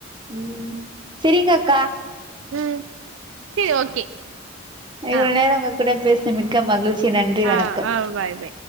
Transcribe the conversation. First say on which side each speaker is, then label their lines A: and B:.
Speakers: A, on the right; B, on the right.
A: ம் செரிங்க அக்கா
B: ம் செரி ஓகே
A: இவ்வள
B: ஆ
A: நேரம் உங்க கூட பேச மிக்க மகிழ்ச்சி நன்றி வணக்கம்
B: ஆ ஆ பாய் பாய்